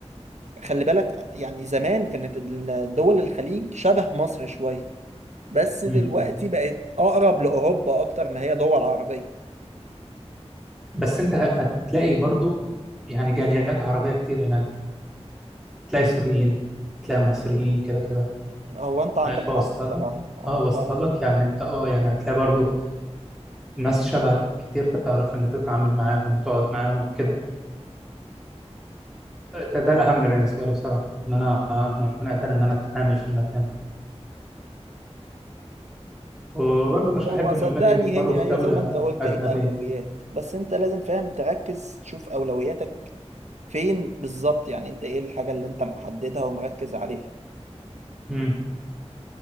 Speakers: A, on the right; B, in the centre.
A: بالك يعني زمان كانت الدول الخليج شبه مصر شوية بس
B: مم.
A: دلوقتي بقت اقرب لاوروبا اكتر ما هي دول عربية
B: بس انت هتلاقي برضه يعني جاليات عربيه كتير هناك تلاقي سوريين تلاقي مصريين كده كده
A: هو انت عندك
B: شايف
A: حق
B: اوصل
A: بصراحة
B: لك
A: هو
B: اه اوصل
A: فعلا
B: لك يعني انت اه يعني هتلاقي برضو ناس شبهك كتير تعرف ان انت تتعامل معاهم وتقعد معاهم كده ده, ده الاهم بالنسبه لي بصراحه ان انا انا اكون قادر ان انا اتعامل في المكان وبرضو مش
A: هو
B: هحب
A: صدقني
B: ان اولادي يكبروا
A: هي
B: في دوله
A: هي زي ما انت قلت
B: اجنبيه
A: هي اولويات بس انت لازم فاهم تركز تشوف اولوياتك فين بالظبط يعني انت ايه الحاجة اللي انت محددها ومركز عليها
B: امم